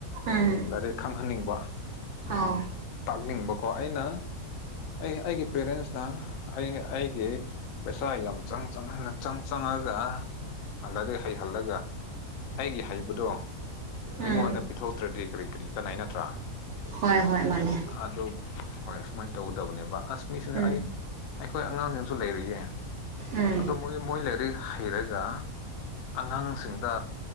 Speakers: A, on the right (about 60°); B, on the left (about 70°).
A: ꯎꯝ
B: ꯂꯥꯏꯔꯤꯛ ꯈꯪꯍꯟꯅꯤꯡꯕ
A: ꯑꯧ
B: ꯇꯥꯛꯅꯤꯡꯕꯀꯣ ꯑꯩꯅ ꯑꯩ ꯑꯩꯒꯤ ꯄꯦꯔꯦꯟꯁꯅ ꯑꯩ ꯑꯩꯒꯤ ꯄꯩꯁꯥ ꯌꯥꯝ ꯆꯪ ꯆꯪꯍꯟꯅ ꯆꯪ ꯆꯪꯉꯒ ꯑꯟꯂꯗꯒꯤ ꯍꯩꯍꯜꯂꯒ ꯑꯩꯒꯤ ꯍꯩꯕꯗꯣ ꯃꯤꯉꯣꯟꯗ
A: ꯎꯝ
B: ꯄꯤꯊꯣꯛꯇ꯭ꯔꯗꯤ ꯀꯔꯤ ꯀꯔꯤ ꯀꯅꯥ ꯅꯠꯇ꯭ꯔꯥ
A: ꯍꯣꯏ ꯍꯣꯏ ꯃꯥꯜꯂꯦ
B: ꯑꯗꯨ ꯍꯣꯏ ꯑꯨꯃꯥꯏꯅ ꯇꯧꯒꯗꯕꯅꯦꯕ ꯑꯁꯃꯤꯁꯤꯡꯁ
A: ꯎꯝ
B: ꯑꯩ ꯑꯩꯈꯣꯏ ꯑꯉꯥꯡꯁꯤꯡꯁꯨ ꯂꯩꯔꯤꯌꯦ
A: ꯎꯝ
B: ꯑꯗꯣ ꯃꯣꯏ ꯃꯣꯏ ꯂꯩꯔꯤ ꯍꯩꯔꯒ ꯑꯉꯥꯡꯁꯤꯡꯗ